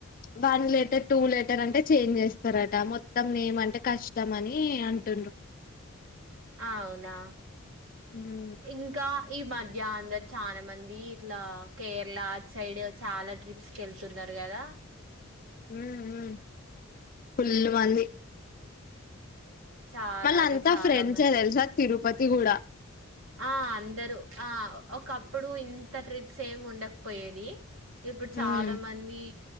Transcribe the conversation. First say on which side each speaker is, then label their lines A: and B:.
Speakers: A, on the left; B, on the right.
A: one later, two లీ, అంటే చేంజ్ చేస్తారట. మొత్తం నేమ అంటే కష్టం అని అంటుండ
B: అవునా
A: ఉమ్
B: ఇం ఇంక ఈ మధ్య అందరు చాలా మంది ఇట్లా కేరళ అటు సైడ్ చాలా ట్రిప్ తీకెళ్తున్నారు. కదా
A: ఉ ఉ ఫుల్ మంది
B: చాలా
A: మళ్ళ
B: అంటే
A: అంతా
B: చాలా
A: ఫ్రెండ్స్
B: మంది
A: తెలుసా తిరుపతి కూడా
B: ఆ అందరూ ఆ ఒకప్పుడు ఇంత ట్రిప్స్ ఏమి ఉండకపోయేది. ఇప్పుడు
A: ఉమ్
B: చాలా మంది